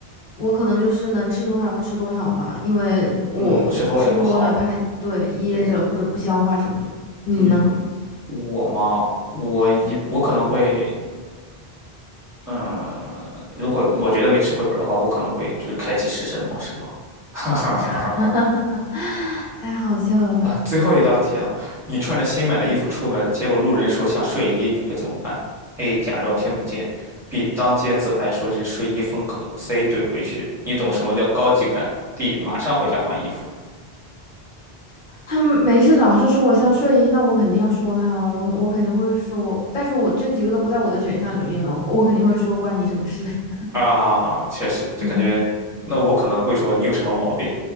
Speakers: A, on the left (about 55°); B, in the centre.
A: 我可能就是能吃多少吃多少吧，因为我吃多了怕对噎着或者不消化什么的。
B: 嗯，吃多了也不好。对，
A: 你呢？
B: 嗯，我嘛，我一我可能会。嗯，如果我觉得没吃回本儿的话，我可能会就是开启食神模式吧。<laughs> 哈哈哈哈哈！
A: <laughs> 太好笑了。
B: 啊，最后一道题啊，你穿着新买的衣服出门，结果路人说像睡衣，你会怎么办？A. 假装听不见；B. 当街自拍说这是睡衣风格；C. 怼回去。你懂什么叫高级感？D. 马上回家换衣服。
A: 他们没事找事说我像睡衣，那我肯定要说他，我我肯定会说，但是我这几个都不在我的选项里面哦，我肯定会说关你什么事？<laughs>
B: 啊，确实，这感觉，
A: 嗯。
B: 那我可能会说你有什么毛病。